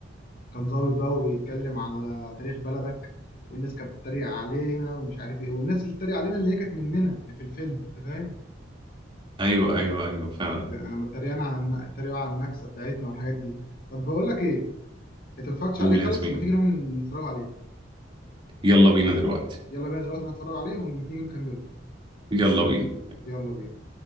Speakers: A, on the left; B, on the right.
A: كان ظابط بقى وبيتكلم على تاريخ بلدك والناس كانت بتتريق علينا ومش عارف ايه والناس اللي بتتريق علينا اللي هي كانت مننا في الفيلم انت فاهم
B: ايوه ايوه ايوه فعلا
A: يعني لما اتريقنا على الن- اتريقوا على النكسه بتاعتنا والحاجات دي طب بقول لك ايه انت ما اتفرجتش
B: قول
A: عليه
B: يا
A: خالص
B: زميلي
A: ما تيجي نروح نتفرج عليه
B: يلا بينا دلوقتي
A: يلا بينا دلوقتي نتفرج عليه ونيجي نكمله
B: يلا بينا
A: يلا بينا